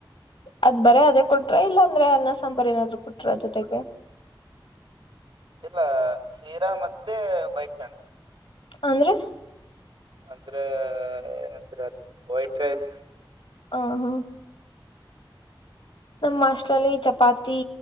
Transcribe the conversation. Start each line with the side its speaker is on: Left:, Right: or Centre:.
Left: ಅದ್ ಬರೀ ಅದೇ ಕೊಟ್ರ ಇಲ್ಲಾಂದ್ರೆ ಅನ್ನ ಸಾಂಬಾರ ಏನಾದ್ರು ಕೊಟ್ರ ಜೊತೆಗೆ
Right: ಇಲ್ಲ ಸೀರಾ ಮತ್ತೆ ಬೈ <unintelligible>
Left: ಅಂದ್ರೆ
Right: ಅಂದ್ರೆ ಏನಂತೀರ ನೀವು ವೈಟ್ ರೈಸ್
Left: ಆ ಹಾ ನಮ್ಮ ಹಾಸ್ಟೆಲ್ ಅಲ್ಲಿ ಚಪಾತಿ